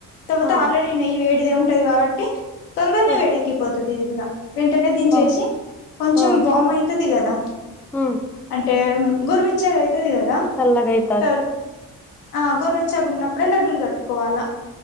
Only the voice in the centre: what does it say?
ఆ
ఆ
ఆ
ఆ
హ్మ్
చల్లగయి